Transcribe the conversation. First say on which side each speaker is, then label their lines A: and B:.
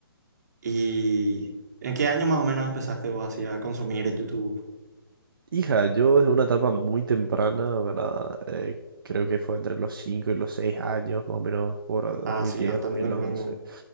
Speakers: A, on the right; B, on the right.
A: ¿Y en qué año más o menos empezaste vos así a consumir YouTube?
B: Hija, yo desde una etapa muy temprana, ¿verdad? Eh, creo que fue entre los 5 y los 6 años, más o menos, por 2010,
A: Ah, sí, bastante
B: 2011.
A: temprano.